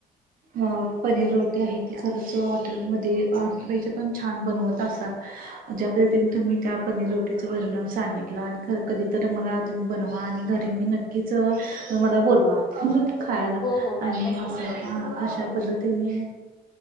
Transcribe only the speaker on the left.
हो हो
मॅम नक्की
नक्की.